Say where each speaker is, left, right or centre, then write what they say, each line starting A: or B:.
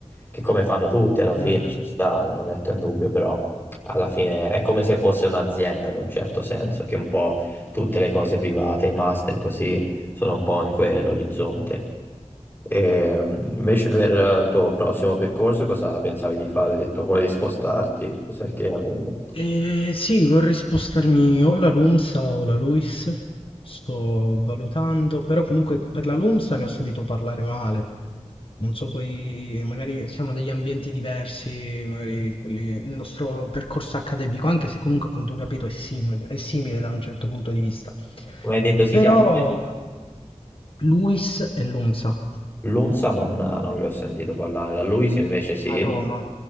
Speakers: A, on the left (about 20°); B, on the left (about 50°).
A: che come fanno tutti alla fine
B: Mh-mh.
A: ci sta, non lo metto in dubbio, però alla fine è come se fosse un'azienda in un certo senso, che un po' tutte le cose private, i master così, sono un po' in quell'orizzonte. E, mm, invece
B: Capito.
A: per il tuo prossimo percorso cosa pensavi di fare? Hai detto volevi spostarti, cos'è che avevi in mente?
B: Ehm, sì, vorrei spostarmi o la LUMSA o la LUISS. Sto valutando, però comunque per la LUMSA ne ho sentito parlare male. Non so poi, magari siamo degli ambienti diversi, magari quelli- il nostro percorso accademico, anche se comunque a quanto ho capito è simile, è simile da un certo punto di vista.
A: Come hai detto si
B: Però
A: chiama questa?
B: LUISS e LUMSA.
A: L'Unza non, non le ho sentito parlare, la Luis invece sì,
B: A Roma.